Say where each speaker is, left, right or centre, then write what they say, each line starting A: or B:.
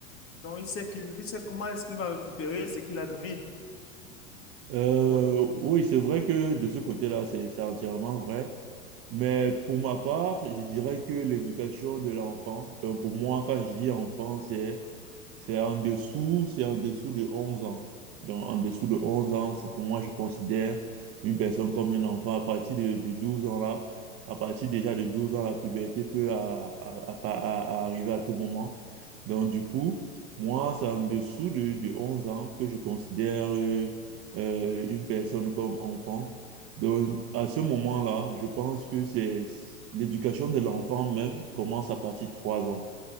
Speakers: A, on the left (about 30°); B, on the right (about 35°).
A: Donc, il sait qu'il qu'il sait comment est-ce qu'il va récupérer ce qu'il a donné.
B: euh,
A: Oui.
B: oui, c'est vrai que de ce côté-là, c'est c'est entièrement vrai. Mais pour ma part, je dirais que l'éducation de l'enfant, donc pour moi, quand je dis enfant, c'est C'est en dessous, c'est en dessous de 11 ans. Donc, en dessous de 11 ans, c'est pour moi, je considère une personne comme un enfant. À partir de, de 12 ans là, à partir déjà de 12 ans, la puberté peut à- à- à- à- arriver à tout moment. Donc, du coup, moi, c'est en dessous de, de 11 ans que je considère euh, euh, une personne comme enfant. Donc, à ce moment-là, je pense que c'est l'éducation de l'enfant même commence à partir de 3 ans.